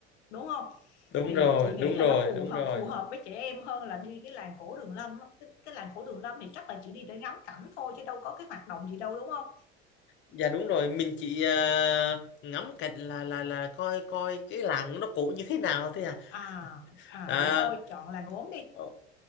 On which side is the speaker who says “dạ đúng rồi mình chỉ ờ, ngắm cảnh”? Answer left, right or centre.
Left